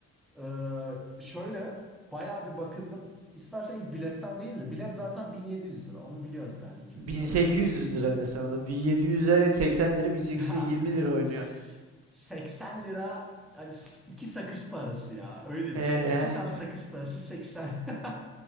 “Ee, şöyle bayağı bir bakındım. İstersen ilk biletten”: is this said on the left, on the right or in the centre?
Centre